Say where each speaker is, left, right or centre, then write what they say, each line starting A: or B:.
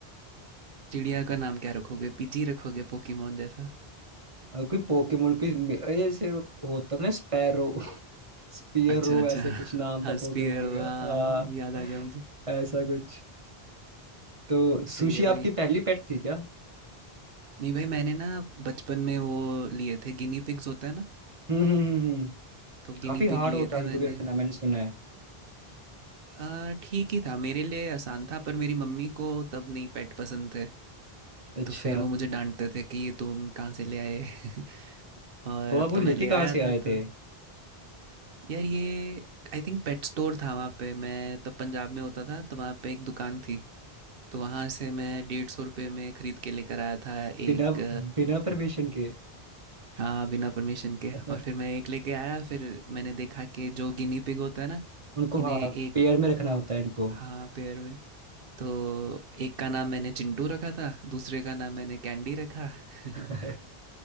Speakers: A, on the right; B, on the right.
A: चिड़िया का नाम क्या रखोगे पिजी रखोगे पोकीमोन जैसा
B: और कोई पोकेमोन कोई ऐसे होता था ना स्पैरो स्पियरो
A: अच्छा अच्छा
B: ऐसे
A: <laughs>
B: कुछ नाम
A: हाँ
B: था पोकेमोन
A: स्पीयर हुआ
B: का हाँ
A: याद आ गया मुझे
B: ऐसा कुछ तो सुशी
A: सही है भाई।
B: आपकी पहली पेट थी क्या
A: नहीं भाई मैंने ना बचपन में वो लिए थे गिनी पिग्स होता है ना,
B: हम्म हम्म हम्म हम्म।
A: तो
B: काफी
A: गिनी
B: हार्ड
A: पिग लिए
B: होता
A: थे
B: है उनको
A: मैंने।
B: भी रखना मैंने सुना है
A: अ, ठीक ही था मेरे लिए आसान था पर मेरी मम्मी को तब नहीं पेट पसंद थे।
B: अच्छा
A: तो फिर वो मुझे डाँटते थे कि ये तुम कहाँ से ले आए <laughs> और
B: तो
A: अब
B: आप वो
A: तो
B: लेके
A: मैं ले
B: कहाँ
A: आया
B: से आए
A: था
B: थे
A: तो यार ये आई थिंक पेट स्टोर था वहाँ पे मैं तब पंजाब में होता था तो वहाँ पे एक दुकान थी तो वहाँ से मैं डेढ़ सौ रुपये में ख़रीद के लेकर आया था एक
B: बिना बिना परमिशन के
A: हाँ बिना परमिशन के
B: <laughs>
A: और फिर मैं एक लेके आया फिर मैंने देखा कि जो गिनी पिग होता है ना
B: उनको
A: इन्हें
B: हाँ
A: एक
B: पेयर में रखना होता है इनको
A: हाँ पेयर में तो एक का नाम मैंने चिंटू रखा था दूसरे का नाम मैंने कैंडी रखा <laughs>
B: <laughs>